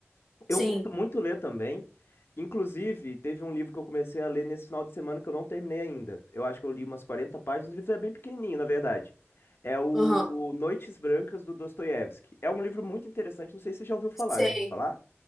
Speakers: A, in the centre; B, on the left.
A: Sim.
B: Eu curto muito ler também. Inclusive, teve um livro que eu comecei a ler nesse final de semana que eu não terminei ainda. Eu acho que eu li umas 40 páginas, o livro é bem pequenininho, na verdade. É o
A: Aham.
B: Noites Brancas do Dostoiévski. É um livro muito interessante, não sei se você já ouviu falar.
A: Sei.
B: Já ouviu falar?